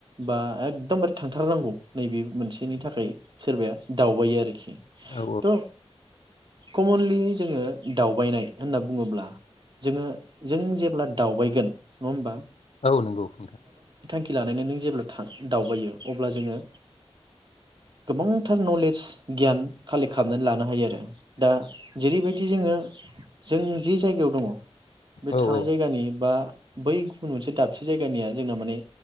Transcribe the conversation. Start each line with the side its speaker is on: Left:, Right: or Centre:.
Right: बा एकदमबार थांथारनांगौ नैबे मोनसेनि थाखाय सोरबाया दावबायो आरोखि।
Left: औ
Right: थ'। कमनलि जोङो दावबायनाय होनना बुङोब्ला जोङो जों जेब्ला दावबायगोन नङा होमबा।
Left: औ नंगौ नोंथां।
Right: खि लानायानानै नों जेब्ला था दावबायो। अब्ला जोङो गोबांथार नलेज गियान कालेक्ट खालामनानै लानो हायो आरो। दा जेरैबायदि जोङो। जों जि जायगायाव दङ' बे
Left: औ
Right: थानाय
Left: औ
Right: जायगानि बा बै गुबुन मोनसे दाबसे जायगानिया जोंना माने